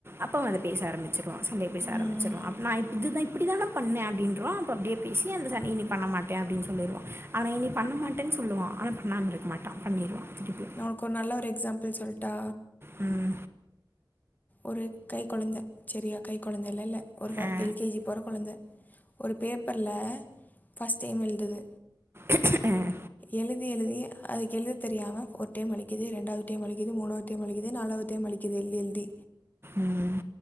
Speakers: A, on the right; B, on the left.
A: அப்போ அத பேச ஆரமிச்சுருவா சண்டய பேச
B: ம்
A: ஆரமிச்சுருவா அப்போ நா இதுதா இப் அப்டிதான பண்ணே அப்டின்றுவான் அப்ப அப்டியே பேசி அந்த சண்டய இனி பண்ண மாட்ட அப்டின்னு சொல்லிருவான் ஆனா இனி பண்ணமாட்டன்னு சொல்லுவான் ஆனா பண்ணாம இருக்க மாட்டான் பண்ணிருவான் திருப்பியு
B: ஒனக்கு ஒரு நல்ல ஒரு எக்ஸாம்பிள் சொல்ட்டா
A: ம்
B: ஒரு கை கொழந்த செரியா கை கொழந்தயல்ல இல்ல ஒரு
A: ஆ
B: எல் கே ஜி போற கொழந்த ஒரு பேப்பர்ல ஃபர்ஸ்ட் டைம் எழுதுது
A: ஹ் அஹ்
B: எழுதி எழுதி அதுக்கு எழுத தெரியாம ஒரு டைம் அழிக்குது ரெண்டாவது டைம் அழிக்குது மூணாவது டைம் அழிக்குது நாலாவது டைம் அழிக்குது எழ்தி எழ்தி
A: ம்